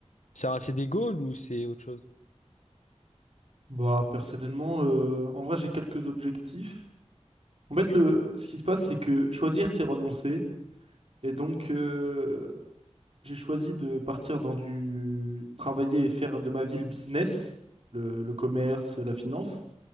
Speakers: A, on the left; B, on the right.
A: C'est un- c'est des goals ou c'est autre chose?
B: Bah personnellement, euh, en vrai, j'ai quelques objectifs. En fait, le, ce qui se passe, c'est que choisir, c'est renoncer. Et donc, euh, J'ai choisi de partir dans du travailler et faire de ma vie le business, le, le commerce, la finance.